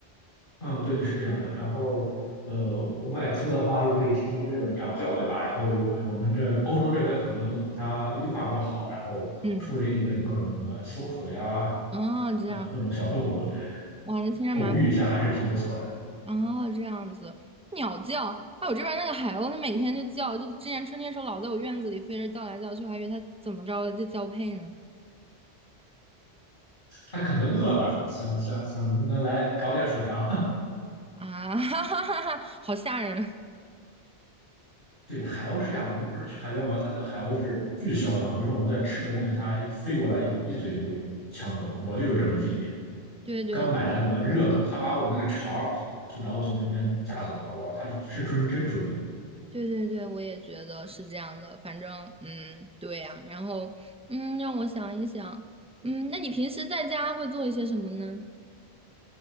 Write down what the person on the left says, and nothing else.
嗯，对，是这样的。然后，呃，外出的话又可以听听这个鸟叫，对吧？然后有我们这欧洲这边可能它绿化比较好，然后树林里面有各种什么松鼠呀，
呃，各种小动物，对，
偶遇一下还是挺不错的。
它可能饿了，它想想想能来搞点薯条。
<laughs> 对，海鸥是这样，我们不是去海边玩，它那个海鸥是巨嚣张，比如说我们在吃个东西，它飞过来一嘴就给抢走。我就有这种经历。
刚买了那个热狗，他把我那个肠儿，然后从中间夹走了。哇，他是真真准。